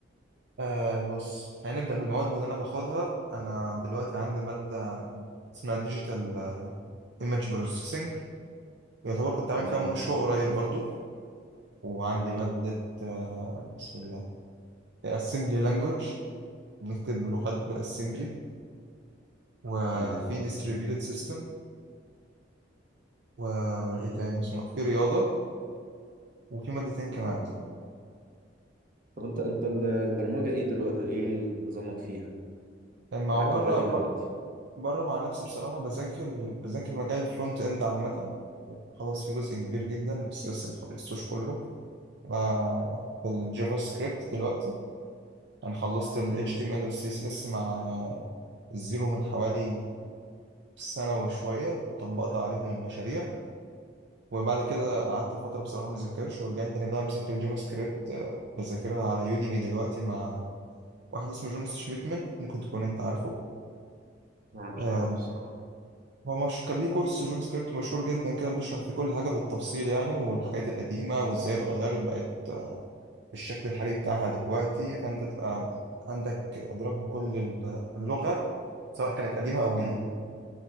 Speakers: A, on the right; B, on the right.
A: آه بص خلينا نبدأ بالمواد اللي أنا باخدها أنا دلوقتي عندي مادة اسمها ديجيتال ايمج بروسيسنج يعتبر كنت عامل
B: تمام
A: فيها مشروع قريب برضو وعندي
B: تمام
A: مادة آه بسم الله assembly language بنكتب لغات بالاسمبلي وفي
B: تمام
A: distributed system وإيه
B: مم.
A: تاني بسم الله في رياضة وفي مادتين كمان
B: اه طب انت انت ال- البرمجة ايه دلوقتي ايه نظامك فيها
A: مع
B: معاك
A: بره
B: لغات ايه
A: ب-
B: دلوقتي
A: بره مع نفسي بصراحة بذاكر بذاكر مجال الفرونت إند عامة خلاص في جزء كبير جدا بس لسه ما خلصتوش كله آه، في الجافا سكريبت دلوقتي انا خلصت ال
B: امم
A: HTML وال CSS مع الزيرو من حوالي سنة وشوية وطبقت عليهم المشاريع وبعد كده قعدت فترة بصراحة ما ذاكرش ورجعت تاني بقى مسكت الجافا سكريبت آه، بذاكرها على يوديمي دلوقتي مع واحد اسمه جوناس شميتمن ممكن تكون انت عارفه
B: لا مش
A: آه،
B: عارف الصراحة
A: هو مش كان ليه كورس جافا سكريبت مشهور جدا كده بيشرح فيه كل حاجة بالتفصيل يعني والحاجات القديمة وازاي اتغيرت بقت بالشكل الحالي بتاعها دلوقتي فانت تبقى عندك ادراك بكل ال- اللغه سواء كانت قديمه او جديده
B: امم